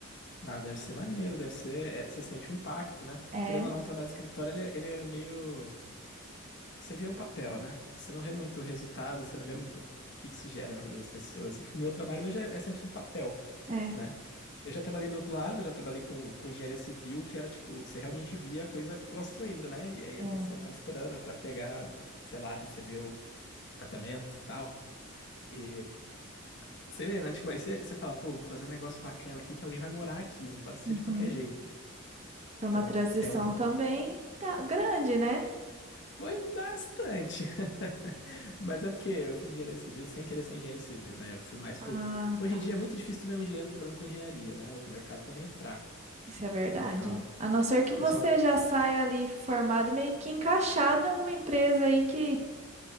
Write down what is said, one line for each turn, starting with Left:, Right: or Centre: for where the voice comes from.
Left: Ah, deve ser maneiro, deve ser. é, você sente o impacto, né?
Right: É,
Left: Querendo ou não, o trabalho de escritório ele, é ele é meio Você vê o papel, né? Você não vê muito o resultado, você não vê muito o que isso gera na vida das pessoas. Tipo, o meu trabalho hoje é é 100% papel,
Right: é.
Left: né? Eu já trabalhei do outro lado, já trabalhei com, com engenharia civil, que era tipo, você realmente via a coisa construindo, né? E aí
Right: Bom.
Left: a pessoa tava esperando pra pegar, sei lá, receber o apartamento e tal. E você vê, né? Tipo, aí você, você fala, pô, vou fazer um negócio bacana aqui que alguém vai morar aqui, não pode ser
Right: Uhum.
Left: de qualquer jeito.
Right: Foi
Left: Então,
Right: uma transição
Left: é um pouco,
Right: também ga- grande, né?
Left: Foi bastante. <laughs> Mas é porque eu fiz engenharia civil sem querer ser engenheiro civil, né? Eu fui mais. pe-
Right: Ah,
Left: Hoje
Right: tá.
Left: em dia é muito difícil tu ver um engenheiro trabalhando com engenharia, né? O mercado tá bem fraco.
Right: Isso é verdade.
Left: Então,
Right: A não ser que
Left: o pessoal.
Right: você
Left: que-
Right: já saia ali formado, meio que encaixado em alguma empresa aí que,